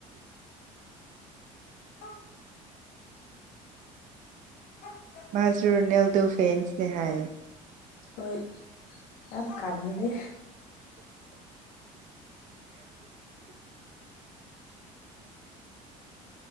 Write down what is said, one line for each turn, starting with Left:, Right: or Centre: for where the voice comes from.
Left: ꯎ ꯎ <unintelligible>
Right: ꯃꯥꯖꯨꯔ ꯅꯦꯜꯗꯣ ꯐꯦꯟꯁꯅꯦ ꯍꯥꯏꯑꯦ
Left: ꯍꯣꯏ ꯌꯥꯝ ꯀꯥꯟꯒꯅꯤ